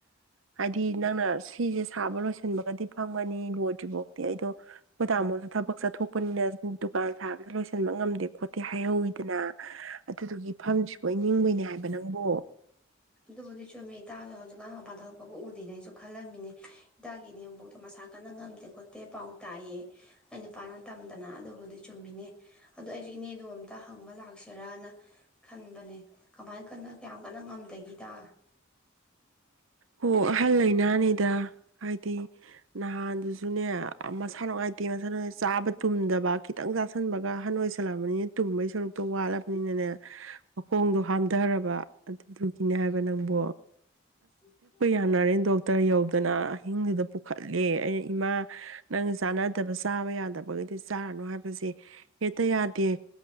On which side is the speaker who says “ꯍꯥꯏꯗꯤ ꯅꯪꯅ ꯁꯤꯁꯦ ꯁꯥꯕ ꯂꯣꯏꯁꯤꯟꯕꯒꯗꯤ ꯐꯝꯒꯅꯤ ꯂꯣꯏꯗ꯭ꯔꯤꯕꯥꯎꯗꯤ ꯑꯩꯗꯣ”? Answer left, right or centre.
Right